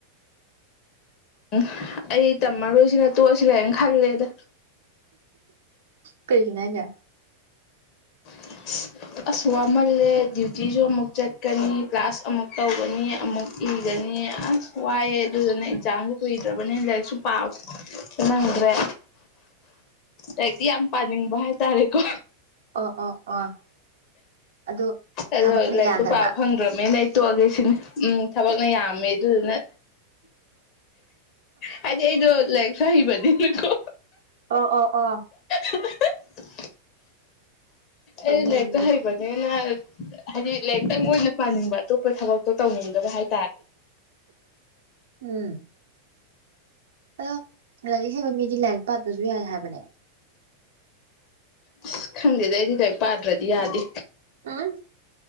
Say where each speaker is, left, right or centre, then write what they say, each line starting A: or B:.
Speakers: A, on the left; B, on the right.
A: ꯎꯝ ꯑꯩ ꯇꯝꯃꯔꯣꯏꯁꯤꯔ ꯇꯣꯛꯑꯁꯤꯔ ꯍꯥꯏꯅ ꯈꯜꯂꯦꯗ
B: ꯀꯔꯤꯅꯖ
A: <unintelligible> ꯑꯁꯨ ꯋꯥꯍꯜꯂꯦ ꯗ꯭ꯌꯨꯇꯤꯁꯨ ꯑꯃꯨꯛ ꯆꯠꯀꯅꯤ ꯀ꯭ꯂꯥꯁ ꯑꯃꯨꯛ ꯇꯧꯒꯅꯤ ꯑꯃꯨꯛ ꯏꯒꯅꯤ ꯑꯁ ꯋꯥꯏꯑꯦ ꯑꯗꯨꯗꯨꯅ ꯑꯦꯛꯖꯥꯝꯗ ꯀꯨꯏꯗ꯭ꯔꯕꯅꯤꯅ ꯂꯥꯏꯔꯤꯛꯁꯨꯨꯝ ꯄꯥꯕ ꯅꯪꯗ꯭ꯔꯦ ꯂꯥꯏꯛꯇꯤ ꯌꯥꯝ ꯄꯥꯅꯤꯡꯕ ꯍꯥꯏꯇꯥꯔꯦꯀꯣ
B: ꯑꯣ ꯑꯣ ꯑ ꯑꯗꯣ
A: ꯑꯗꯣ
B: ꯊꯕꯛꯅ
A: ꯂꯥꯏꯔꯤꯛꯇꯣ
B: ꯌꯥꯗ꯭ꯔꯕ
A: ꯄꯥꯕ ꯐꯪꯗ꯭ꯔꯃꯦꯅ ꯑꯩ ꯇꯣꯛꯑꯒꯦ ꯁꯤꯅꯤ ꯎꯝ ꯊꯕꯛꯅ ꯌꯥꯝꯃꯦ ꯑꯗꯨꯗꯨꯅ ꯍꯥꯏꯗꯤ ꯑꯩꯗꯣ ꯂꯥꯏꯔꯤꯛ ꯐꯩꯕꯅꯦꯀꯣ
B: ꯑ ꯑꯣ ꯑ
A: <unintelligible>
B: ꯐꯩꯅꯦ
A: ꯑꯦ ꯂꯩꯗ
B: ꯑꯗꯨꯗꯤ
A: ꯍꯥꯏꯕꯅꯦ ꯍꯥꯏꯗꯤ ꯂꯥꯏꯔꯤꯛꯇꯪ ꯑꯣꯏꯅ ꯄꯥꯅꯤꯡꯕ ꯑꯇꯣꯞꯄ ꯊꯕꯛꯇꯣ ꯇꯧꯅꯤꯡꯗꯕ ꯍꯥꯏ
B: ꯎꯝ ꯑꯗꯣ ꯂꯥꯏꯔꯤꯛ ꯍꯩꯕ ꯃꯤꯗꯤ ꯂꯥꯏꯔꯤꯛ ꯄꯥꯇ꯭ꯔꯁꯨ ꯌꯥꯏ ꯍꯥꯏꯕꯅꯦ
A: ꯑꯁ ꯈꯪꯗꯦꯗ ꯑꯩꯗꯤ ꯀꯔꯤ ꯄꯥꯗ꯭ꯔꯗꯤ ꯌꯥꯗꯦ
B: ꯑ